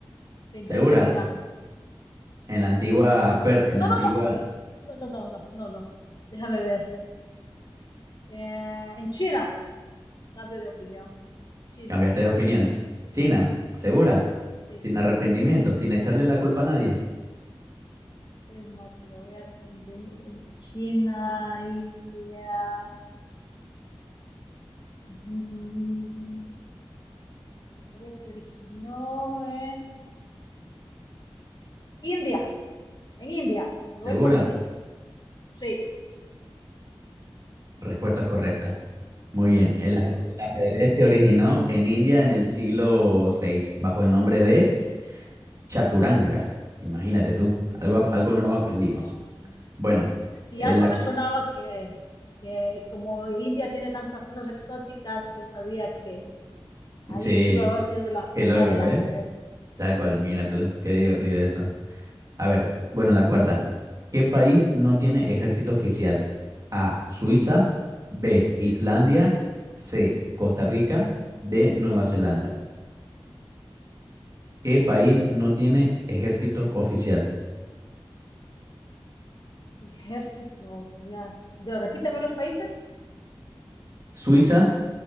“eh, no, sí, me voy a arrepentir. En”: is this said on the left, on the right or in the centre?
Left